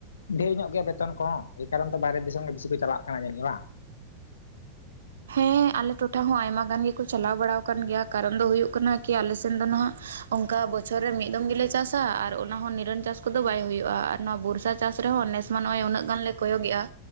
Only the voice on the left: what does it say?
ᱰᱷᱮᱨ ᱧᱚᱜ ᱜᱮᱭᱟ ᱵᱮᱛᱚᱱ ᱠᱚᱦᱚᱸ ᱮ ᱠᱟᱨᱚᱱ ᱛᱚ ᱵᱟᱦᱨᱮ ᱫᱤᱥᱚᱢ ᱜᱮ ᱵᱤᱥᱤ ᱠᱚ ᱪᱟᱞᱟᱜ ᱠᱟᱱᱟ ᱡᱟᱹᱱᱤᱡ ᱵᱟᱝ?